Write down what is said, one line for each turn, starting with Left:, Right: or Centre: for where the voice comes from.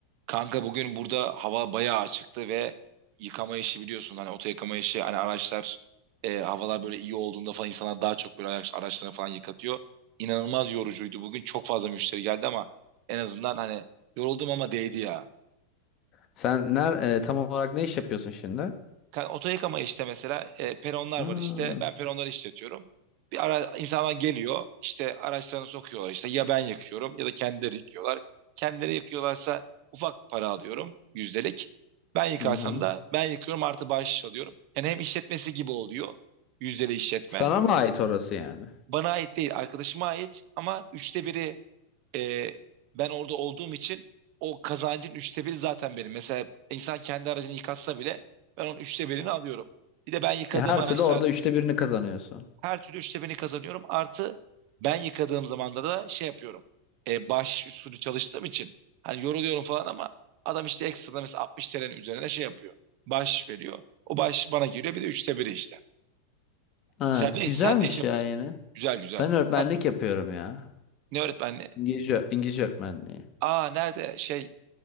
Right: Kanka bugün burada hava bayağı açıktı ve yıkama işi biliyorsun hani oto yıkama işi hani araçlar e, havalar böyle iyi olduğunda falan insanlar daha çok böyle araç, araçlarını falan yıkatıyor. İnanılmaz yorucuydu bugün çok fazla müşteri geldi ama en azından hani yoruldum ama değdi ya.
Left: Sen ner e, tam olarak ne iş yapıyorsun şimdi?
Right: Ka- Oto işte mesela e, peronlar
Left: Hmm,
Right: var işte. Ben peronları işletiyorum. Bir ara insanlar geliyor işte araçlarını sokuyorlar işte ya ben yakıyorum ya da kendileri yıkıyorlar. Kendileri yakıyorlarsa ufak para alıyorum yüzdelik. Ben yıkarsam
Left: Hı hı.
Right: da ben yıkıyorum artı bahşiş alıyorum. Yani hem işletmesi gibi oluyor yüzdeli işletme.
Left: Sana mı ait orası yani?
Right: Bana ait değil arkadaşıma ait ama üçte biri ee, ben orada olduğum için o kazancın üçte biri zaten benim. Mesela insan kendi aracını yıkatsa bile ben onun üçte birini alıyorum. Bir de ben yıkadığım
Left: E, her
Right: araçlar
Left: türlü orada üçte birini kazanıyorsun.
Right: her türlü üçte birini kazanıyorum. Artı ben yıkadığım zamanda da şey yapıyorum. E, bahşiş usulü çalıştığım için hani yoruluyorum falan ama adam işte ekstra mesela 60 TL'nin üzerine şey yapıyor. Bahşiş veriyor. O bahşiş bana geliyor bir de üçte biri işte.
Left: Evet,
Right: Sen ne,
Left: güzelmiş
Right: sen ne iş yapıyorsun?
Left: ya yine.
Right: Güzel güzel.
Left: Ben öğretmenlik
Right: Sen
Left: yapıyorum ya.
Right: ne öğretmenliği?
Left: İngilizce, İngilizce öğretmenliği.
Right: Aa nerede şey